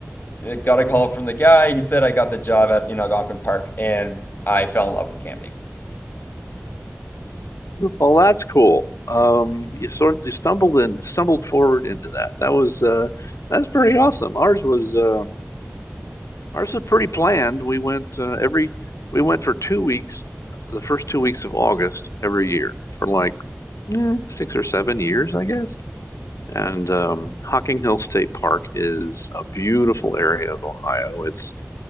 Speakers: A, on the left; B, on the left.
A: uh, got a call from the guy. He said I got the job at in Algonquin Park, and I fell in love with camping.
B: Well, that's cool. Um,
A: It's
B: you sort you stumbled and stumbled forward into that. That was uh that's pretty awesome. Ours was uh ours was pretty planned. We went uh, every we went for two weeks, the first two weeks of August every year for like eh, six or seven years, I guess. And um, Hocking Hill State Park is a beautiful area of Ohio. It's